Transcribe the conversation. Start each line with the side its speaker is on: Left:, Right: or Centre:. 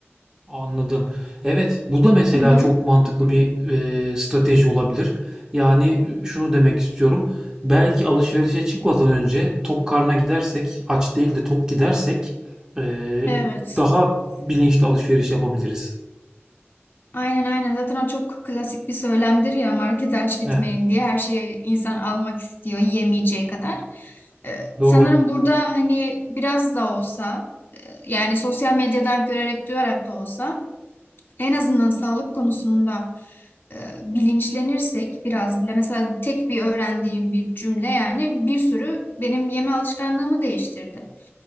Right: Anladım. Evet, bu da mesela
Left: Hı hı.
Right: çok mantıklı bir e, strateji olabilir. Yani e, şunu demek istiyorum. Belki alışverişe çıkmadan önce tok karna gidersek, aç değil de tok gidersek e,
Left: Evet.
Right: daha bilinçli alışveriş yapabiliriz.
Left: Aynen aynen. Zaten o çok klasik bir söylemdir ya markete aç gitmeyin
Right: Heh,
Left: diye. Her şeyi insan almak istiyor yiyemeyeceği kadar. Ee,
Right: doğru.
Left: sanırım burada hani biraz da olsa e, yani sosyal medyadan görerek duyarak da olsa en azından sağlık konusunda e, bilinçlenirsek biraz bile mesela tek bir öğrendiğim bir cümle yani bir sürü benim yeme alışkanlığımı değiştirdi.